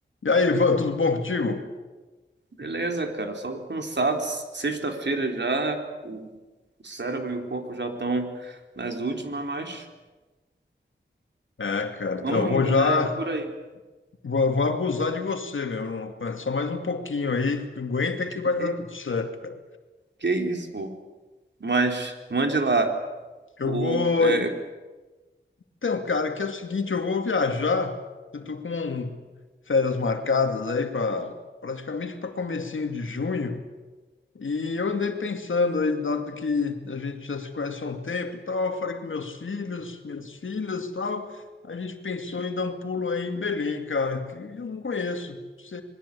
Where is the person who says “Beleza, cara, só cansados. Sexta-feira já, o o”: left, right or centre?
Right